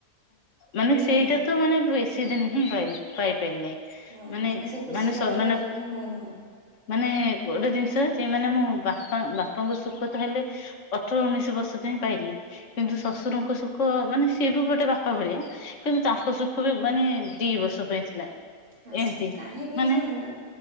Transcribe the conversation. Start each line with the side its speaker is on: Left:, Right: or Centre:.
Left: ମାନେ ସେଇଟା
Right: ନୁହଁ।
Left: ତ ମାନେ ବେଶୀ ଦିନ ହିଁ ପାଇଲି। ପାଇପାଇଲିନେଇ।
Right: ହଁ
Left: ମାନେ
Right: ତମେ ସେ ଖୁସି
Left: ମାନେ
Right: ଟା
Left: ସ
Right: ପାଇପାରୁଛ
Left: ମାନେ
Right: କିନ୍ତୁ ମୁଁ ନୁହଁ
Left: ମାନେ ଗୋଟେ ଜିନିଷ ଯେଉ ମାନେ ମୁଁ ବାପା ବାପାଙ୍କ ସୁଖ ତ ହେଲେ ଅଠର ଉଣେଇଶି ବର୍ଷ ଯାଏ ପାଇଲି। କିନ୍ତୁ ଶ୍ୱଶୁରଙ୍କ ସୁଖ ମାନେ ସିଏ ବି ଗୋଟେ ବାପା ଭଳିଆ କିନ୍ତୁ ତାଙ୍କ ସୁଖ ବି ମାନେ ଦି ବର୍ଷ ପାଇଁ ଥିଲା।
Right: ହଁ
Left: ଏମତି
Right: କାହିଁକି
Left: ମାନେ
Right: ଶୁଣନ୍ତୁ